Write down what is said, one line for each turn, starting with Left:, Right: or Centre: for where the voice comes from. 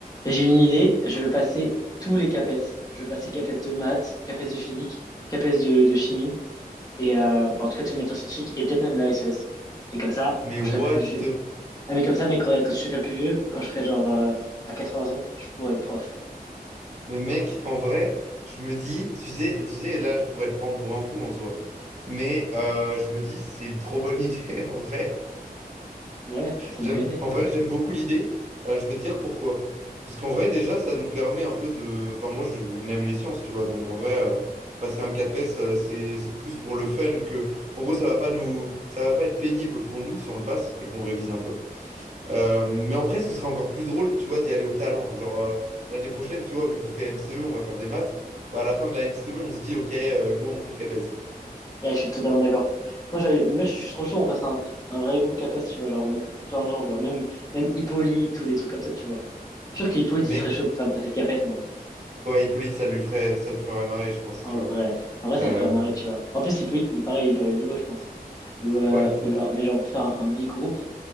Left: J'ai une idée, je veux passer tous les CAPES. Je veux passer le CAPES de maths, CAPES de physique, CAPES de, de chimie, et euh, enfin, en tout cas toutes les matières scientifiques, et peut-être même la SES. Et comme ça,
Right: Mais
Left: quand
Right: what
Left: je serai plus vieux...
Right: the...
Left: Ah mais comme ça, mais quand, regarde, quand je serai plus vieux, quand je serai genre euh, à 80 ans, je pourrai être prof.
Right: Mais mec, en vrai, je me dis, tu sais, tu sais, là, je pourrais te prendre pour un fou en soi. Mais euh, je me dis, c'est une trop bonne <laughs> idée, en vrai.
Left: Mais ouais, c'est
Right: J'aime,
Left: une bonne idée.
Right: en vrai, j'aime beaucoup l'idée. Euh, je veux te dire pourquoi. Parce qu'en vrai, déjà, ça nous permet un peu de... Enfin, moi, je- on aime les sciences, tu vois. Donc, en vrai, euh, passer un CAPES, euh, c'est c'est plus pour le fun que... En gros, ça va pas nous... ça va pas être pénible pour nous si on le passe et qu'on révise un peu. Euh, mais en vrai, ce serait encore plus drôle, tu vois, d'y aller au talent. Genre, euh, l'année prochaine, tu vois, vu qu'on fait MCE, on va faire des maths. Bah, à la fin de la MCE, on se dit, OK, euh, go, on fait le CAPES.
Left: Ouais, je suis totalement d'accord. Moi, j'avais- moi, je suis trop chaud, on fasse un, un vrai groupe CAPES, tu vois, genre on mette plein de gens, genre même, même Hippolyte ou des trucs comme ça, tu vois. Je suis sûr qu'Hippolyte,
Right: Mais Mec,
Left: il serait chaud pour faire le passer le CAPES, non?
Right: ouais, Hippolyte, ça lui ferait, ça le ferait marrer, je pense,
Left: En
Right: tu vois.
Left: vrai, en vrai,
Right: Euh,
Left: ça le ferait marrer, tu vois. En plus, Hippolyte, il est pareil, il aurait le niveau, je pense. Ou, euh,
Right: ouais.
Left: ou genre, mais genre, on peut faire un, un big group